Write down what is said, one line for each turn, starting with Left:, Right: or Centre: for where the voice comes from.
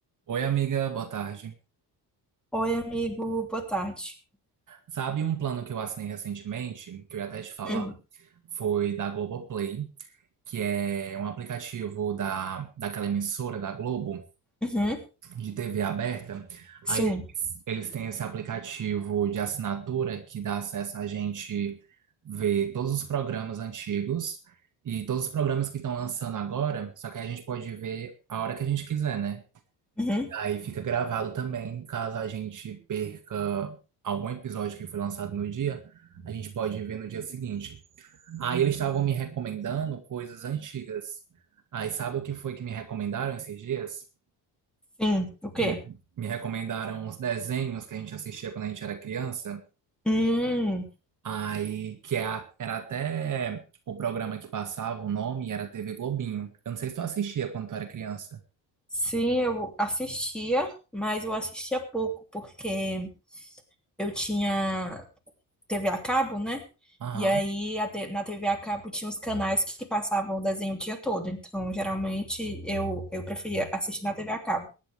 Right: Oi, amiga, boa tarde.
Centre: Oi, amigo, boa tarde.
Right: Sabe um plano que eu assinei recentemente, que eu ia até te falar,
Centre: Hum,
Right: foi da Globoplay, que é um aplicativo da, daquela emissora da Globo,
Centre: uhum,
Right: de TV aberta.
Centre: sim,
Right: Aí eles, eles têm esse aplicativo de assinatura que dá acesso a gente ver todos os programas antigos e todos os programas que estão lançando agora, só que aí a gente pode ver a hora que a gente quiser, né?
Centre: uhum,
Right: Aí fica gravado também, caso a gente perca algum episódio que foi lançado no dia, a gente pode ver no dia seguinte. Aí eles estavam me recomendando coisas antigas. Aí sabe o que foi que me recomendaram esses dias?
Centre: sim, o quê?
Right: Eles me recomendaram uns desenhos que a gente assistia quando a gente era criança.
Centre: Hum,
Right: Aí que é a- era até o programa que passava, o nome era TV Globinho. Eu não sei se tu assistia quando tu era criança.
Centre: sim, eu assistia, mas eu assistia pouco, porque eu tinha TV a cabo, né?
Right: Aham.
Centre: E aí a te- na TV a cabo tinha os canais que passavam o desenho o dia todo, então geralmente eu, eu preferia assistir na TV a cabo.